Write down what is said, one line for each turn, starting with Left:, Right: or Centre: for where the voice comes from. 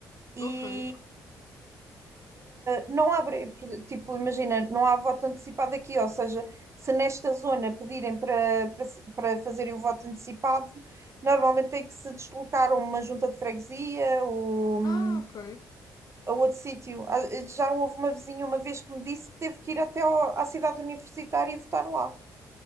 Right: E
Left: Ok.
Right: Não há, bre- tipo, imagina, não há voto antecipado aqui, ou seja, se nesta zona pedirem para, para, se- para fazerem o voto antecipado, normalmente tem que se deslocar a uma junta de freguesia ou hum,
Left: Ah, ok.
Right: a outro sítio. Ah, Já houve uma vizinha uma vez que me disse que teve que ir até ao- à cidade universitária e votar lá.